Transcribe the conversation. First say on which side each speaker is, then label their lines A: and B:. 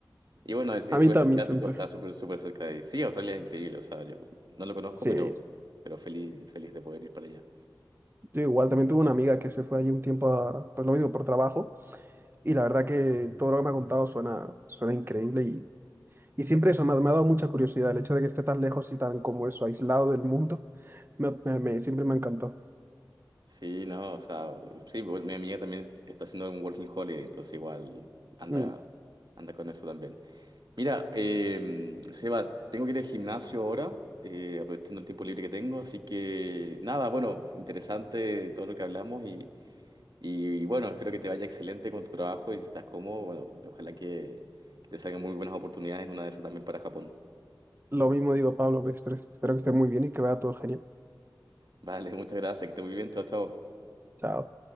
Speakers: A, on the right (about 60°); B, on the right (about 30°).
A: Y bueno, el, el
B: A
A: sudeste
B: mí también
A: asiático
B: siempre.
A: está súper, súper cerca de ahí. Sí, Australia es increíble, o sea, yo no lo conozco,
B: sí,
A: pero, pero feliz, feliz de poder ir para allá.
B: yo igual, también tuve una amiga que se fue allí un tiempo, a- pues lo mismo, por trabajo. Y la verdad que todo lo que me ha contado suena, suena increíble y, y siempre eso me, ha me ha dado mucha curiosidad. El hecho de que esté tan lejos y tan como eso, aislado del mundo, <laughs> me, me- me- siempre me ha encantado.
A: Sí, no, o sea, sí, bueno, mi amiga también está haciendo un working holiday, entonces igual anda,
B: Mm.
A: anda con eso también. Mira, eh, Seba, tengo que ir al gimnasio ahora, eh, aprovechando el tiempo libre que tengo, así que nada, bueno, interesante todo lo que hablamos y, y, bueno, espero que te vaya excelente con tu trabajo y si estás cómodo, bueno, ojalá que, que te salgan muy buenas oportunidades en una de esas también para Japón.
B: Lo mismo digo, Pablo, pues, espero espero que esté muy bien y que vaya todo genial.
A: Vale, <laughs> muchas gracias, que estés muy bien, chao, chao.
B: Chao.